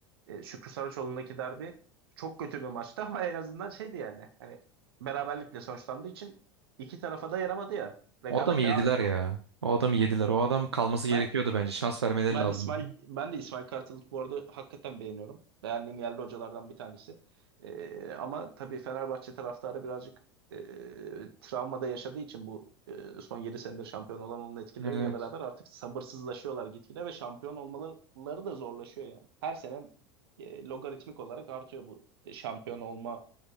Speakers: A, on the right; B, on the right.
A: e, Şükrü Saraçoğlu'ndaki derbi çok kötü bir maçtı <laughs> ama en azından şeydi yani. Hani beraberlikle sonuçlandığı için iki tarafa da yaramadı ya. Rekabet
B: O adamı yediler
A: devam etti
B: ya.
A: orada.
B: O adamı yediler. O adam kalması
A: Ben
B: gerekiyordu bence. Şans vermeleri
A: ben
B: lazımdı.
A: İsmail ben de İsmail Kartal'ı bu arada hakikaten beğeniyorum. Beğendiğim yerli hocalardan bir tanesi. Ee, ama tabii Fenerbahçe taraftarı birazcık e, travmada yaşadığı için bu e, son 7 senedir şampiyon olamamanın etkileriyle
B: Evet.
A: beraber artık sabırsızlaşıyorlar gitgide ve şampiyon olmaları da zorlaşıyor yani. Her sene e, logaritmik olarak artıyor bu e, şampiyon olma